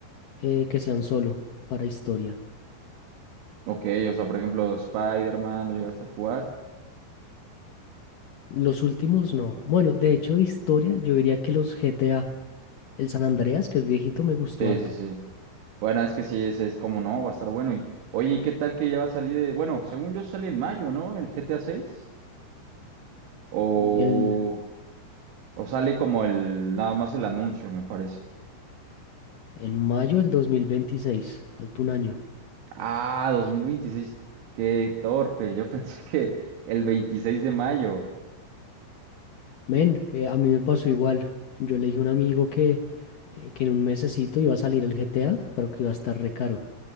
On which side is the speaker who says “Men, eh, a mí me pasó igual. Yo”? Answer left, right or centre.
Left